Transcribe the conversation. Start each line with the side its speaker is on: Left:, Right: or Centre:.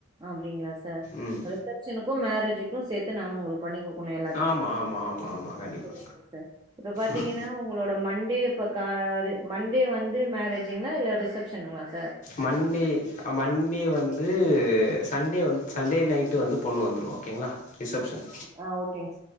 Right: அப்டிங்களா சார்
Left: ம்.
Right: ரிசப்ஷனுக்கு மேரேஜு க்கு சேத்து நா உங்குளுக் பண்ணி குடுக்கணு எல்லாத்தயு
Left: ஆமா, ஆமா, ஆமா, ஆமா. கண்டிப்பா.
Right: புரியலங்சார் இப்ப பாத்தீங்கன்னா
Left: ம்.
Right: உங்களோட மண் டே இப்ப கா ரு மண்டே வந்து மேரேஜுங்களா இல்ல ரிசப்ஷனுங்களா சா
Left: மண்டே மண்டே வந்து சண்டே வந்து சண்டே நைட்டு வந்து பொண்ணு வந்துரு ஓகேங்ளா ரிசப்ஷன்
Right: ஆ ஓகேங்க